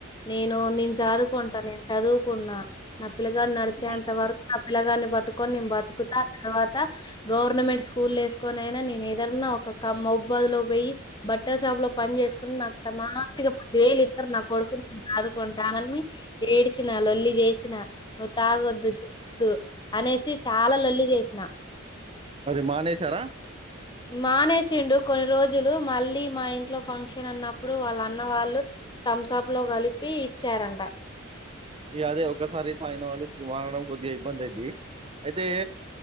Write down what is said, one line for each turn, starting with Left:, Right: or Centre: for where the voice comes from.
Left: నేను నేను చాదుకుంటా
Right: హ్మ్.
Left: నేను చదువుకున్నా నా పిల్లగాడు నడిచేంత
Right: హ్మ్.
Left: వరకు నా పిల్లగాన్ని పట్టుకొని నేను బతుకుతా. ఆ తర్వాత గవర్నమెంట్ స్కూల్ల వేసుకొనైనా నేనెదన్నా ఒక కమ్ ఉబదు లో పోయి బట్టల్ షాప్ లో పని చేసు నా త్తమ్మ మాంచిగ పది వేలు ఇస్తరు నా కొడుకును నేను చాదుకుంటానని ఏడిచినా లొల్లి చేసిన నువ్వు తాగొద్దు చూద్దు అనేసి చాలా లొల్లి చేసిన.
Right: అరే మానేేశారా?
Left: మానేసిండు. కొన్ని రోజులు మళ్ళీ మా ఇంట్లో ఫంక్షన్ అన్నప్పుడు వాళ్ళఅన్న వాళ్ళు థమ్సాప్ లో కలిపి ఇచ్చారంట.
Right: ఇ అదే ఒక్కసారి తాగిన వాళ్ళు మారడం కొద్దిగా ఇబ్బంది అయిద్ది. అయితే